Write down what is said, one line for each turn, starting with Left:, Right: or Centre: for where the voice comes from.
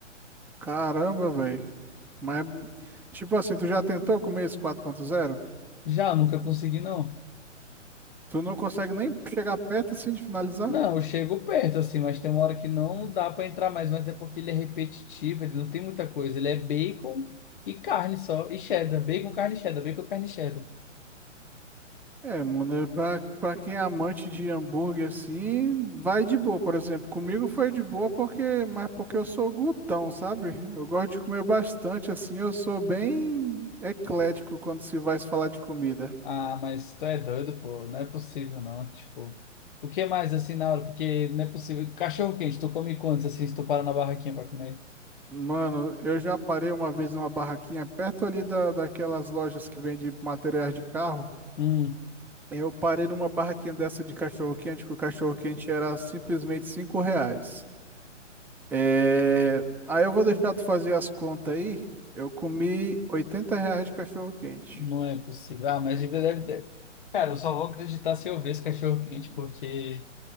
Centre: Caramba, velho. Mas, tipo assim, tu já tentou comer esse quatro ponto zero?
Left: Já, eu nunca consegui, não.
Centre: Tu não consegue nem chegar perto assim de finalizar?
Left: Não, eu chego perto, assim, mas tem uma hora que não dá pra entrar mais, mas é porque ele é repetitivo, ele não tem muita coisa. Ele é bacon e carne só, e cheddar, bacon, carne, cheddar, bacon, carne, cheddar.
Centre: É, mano, é pra, pra quem é amante de hambúrguer assim, vai de boa, por exemplo. Comigo foi de boa porque, mas porque eu sou glutão, sabe? Eu gosto de comer bastante assim, eu sou bem eclético quando se vai se falar de comida.
Left: Ah, mas tu é doido, pô. Não é possível, não. Tipo, o que mais assim na hora? Porque não é possível. Cachorro quente, tu come quantos assim se tu para na barraquinha pra comer?
Centre: Mano, eu já parei uma vez numa barraquinha perto ali da, daquelas lojas que vende materiais de carro.
Left: Hum,
Centre: Eu parei numa barraquinha dessa de cachorro-quente, que o cachorro-quente era simplesmente cinco reais. É... Aí eu vou deixar tu fazer as contas aí. Eu comi 80 reais de cachorro-quente.
Left: não é possível. Ah, mas deve, deve, deve. Cara, eu só vou acreditar se eu ver esse cachorro quente, porque